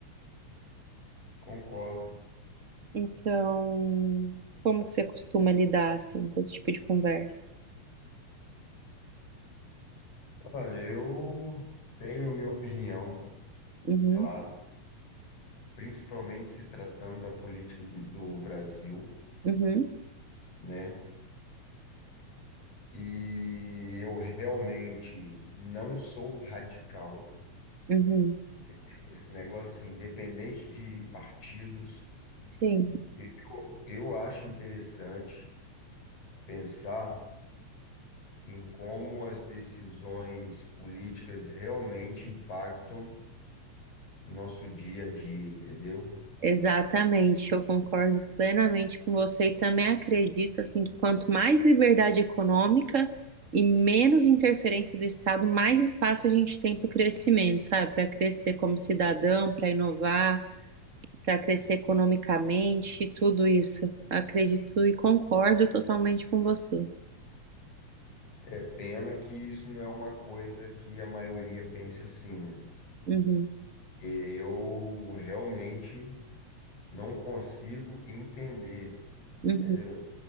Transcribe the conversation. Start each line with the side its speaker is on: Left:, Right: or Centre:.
Left: concordo.
Right: Então, como que você costuma lidar assim com esse tipo de conversa?
Left: Olha, eu tenho minha opinião,
Right: Uhum,
Left: claro, principalmente se tratando da política do, do Brasil,
Right: uhum,
Left: né? E eu realmente não sou radical,
Right: uhum.
Left: entendeu? Esse negócio assim, independente de partidos,
Right: Sim.
Left: eu, eu acho interessante pensar. em como as decisões políticas realmente impactam o nosso dia a dia, entendeu?
Right: Exatamente, eu concordo plenamente com você e também acredito assim que quanto mais liberdade econômica e menos interferência do Estado, mais espaço a gente tem para o crescimento, sabe? Para crescer como cidadão, para inovar, para crescer economicamente, tudo isso. Acredito e concordo totalmente com você.
Left: É pena que isso não é uma coisa que a maioria pense assim, né?
Right: Uhum,
Left: Que eu realmente não consigo entender,
Right: uhum,
Left: entendeu?